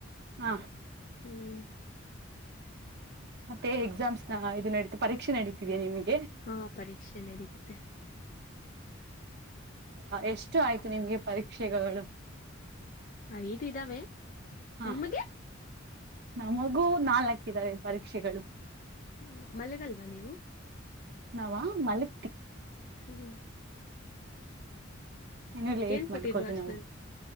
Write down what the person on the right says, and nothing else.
ಹ
ಮತ್ತೆ ಎಕ್ಸಾಮ್ಸ್ ನ ಇದು ನಡೀತ ಪರೀಕ್ಷೆ ನಡೀತಿದೆ ನಿಮಗೆ
ಎಷ್ಟು ಆಯ್ತು ನಿಮ್ಗೆ ಪರೀಕ್ಷೆಗಳು
ಹಾ
ನಮಗೂ ನಾಲ್ಕ ಇದಾವೆ ಪರೀಕ್ಷೆಗಳು
ನಾವ ಮಲ್ಲಿ
ಇನ್ನು ಲೇಟ್
ಮಾಡ್ಕೋದು
ನಾವು